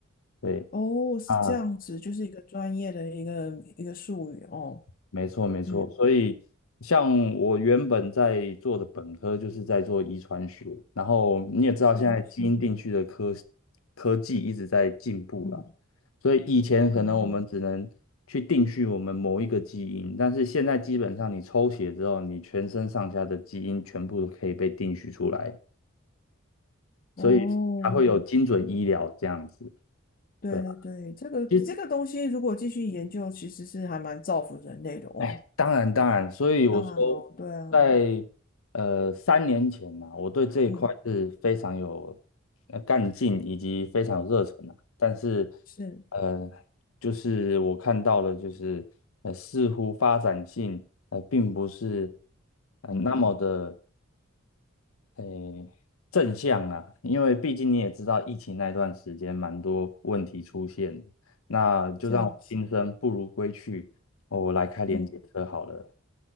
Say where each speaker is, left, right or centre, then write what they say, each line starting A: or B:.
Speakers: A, on the left (about 80°); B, on the left (about 45°).
A: 对
B: 哦，是这样子，
A: 啊，
B: 就是一个专业的一个一个术语哦。
A: 没错，没错。
B: 嗯
A: 所以，像我原本在做的本科就是在做遗传学，然后你也知道，
B: 是是是，
A: 现在基因定序的科科技一直在进步了。
B: 嗯
A: 所以以前可能我们只能去定序我们某一个基因，
B: 嗯嗯，
A: 但是现在基本上你抽血之后，你全身上下的基因全部都可以被定序出来，所以才会有精准医疗这样子。
B: 哦，对对对，
A: 对啊，
B: 这个这个东西如果继续研究，
A: 其实。
B: 其实是还蛮造福人类的哦。
A: 哎，当然当然，所以我说
B: 当然咯，对啊，
A: 在，呃三年前呢、我对这一块是非常有呃干劲以及非常有热忱的。
B: 嗯，
A: 但是，
B: 是，
A: 呃，就是我看到了，就是呃似乎发展性呃并不是呃那么的
B: 嗯，
A: 呃正向啊，因为毕竟你也知道，疫情那段时间蛮多问题出现的那就让我心生不如归去，
B: 这样子，
A: 哦我来开联结车好了。
B: 嗯，